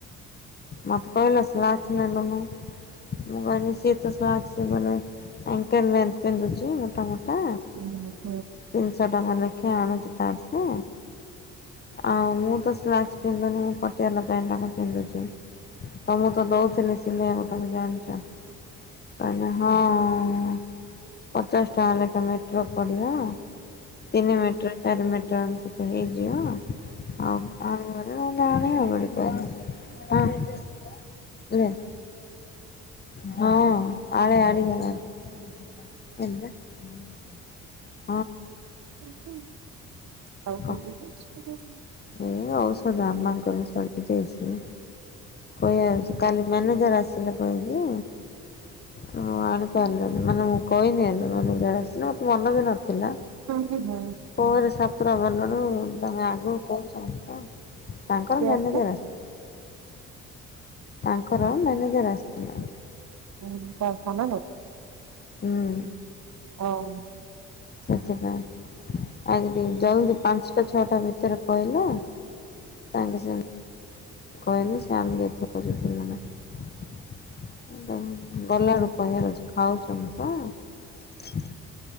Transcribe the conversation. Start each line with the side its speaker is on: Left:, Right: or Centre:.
Left: ମୋତେ କହିଲା ସେ ଆସିନେ ନବୁ। ମୁଁ କହିଲି ସେ ସିଏ ତ ସ୍ଲାକ୍ସ ବଲେ ଏଙ୍କେଲ୍ ଲେନ୍ଥ ପିନ୍ଦୁଚି ମୁଟା ମୁଟା।
Right: <unintelligible>
Left: ତିନିଶହ ଟଙ୍କା ନେଖେ ଆଣୁଚି ତାର ସେ। ଆଉ ମୁଁ ତ ସ୍ଲାକ୍ସ ପିନ୍ଧୁନି ମୁଁ ପଟିଆଲା ପ୍ୟାଣ୍ଟ ଟାକ ପିନ୍ଧୁଚି। ତ ମୁଁ ତ ଦଉଥିଲି ସିଲେଇଆକୁ ତୋମେ ଜାଣିଚ? ତାନେ ହଁ ହଁ ପଚାଶ ଟଙ୍କା ଲେଖେ ମିଟର ପଡିବ। ତିନି ମିଟର ଚାରି ମି ଟର ସେ ତ ହେଇଯିବ। ଆଉ ଆଣିବୁ ହେରି ମୁଁ ଜାଣେ ହଁ କହିଲି ତ ହଁ, ଲେସ ହଁ ଆଡ଼େ ଗାଡି ଚଲାନ୍ତି। <unintelligible>
Right: <unintelligible> ଆଉ
Left: କ
Right: <unintelligible>
Left: ଏ ଔଷଧ ଆମମାନଙ୍କର ସରିଯାଇଛି କହିବା କୁ କାଲି ମାନେ ତମେ କହିଦିଅ
Right: କିଏ ଆସିଲା
Left: ଅ ଆଣିପାରିଲି ମାନେ ମୁଁ କହିଲି। <unintelligible> ମତେ ମନ ବି ନଥିଲା
Right: କିଏ
Left: ପରେ ସତୁଆ ବେଲୁରୁ ତମେ ଆଗ ତାଙ୍କର ମ୍ୟାନେଜର
Right: ଆସିଲା?
Left: ଆସିଥିଲେ। ତାଙ୍କର ମ୍ୟାନେଜର ଆସିଥିଲା।
Right: ହୁଁ ପୋନା ଯୋଗୁଁ
Left: ହୁଁ
Right: <inaudible> ଓହୋ।
Left: ସେଥିପାଇଁ ଆ ଟିକେ ଜଲଦି ପାଞ୍ଚଟା ଛଅଟା ଭିତରେ କହିଲା ତାଙ୍କ ସେ କହିଲେ ସେ ଆଣିଦେଇଥିଲେ। <unintelligible> ଗଲାରୁ କହିବାର ଅଛି ଖାଉଛନ୍ତି ତ? <inaudible>